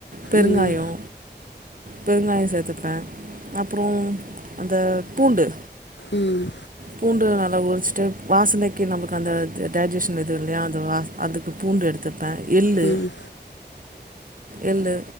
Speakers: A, on the right; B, on the left.
A: பெருங்காயோ
B: ம்
A: பெருங்காயோ சேத்துப்ப அப்புறோ அந்த பூண்டு
B: ம்
A: பூண்டு நல்லா ஒரு ஸ்டெப் வாசனைக்கு நமக்கு அந்த இது டைஜீஷன் எதுவு இல்லையா அது வா அதுக்கு பூண்டு எடுத்து ப்ப எள்ளு
B: ம்
A: எள்ளு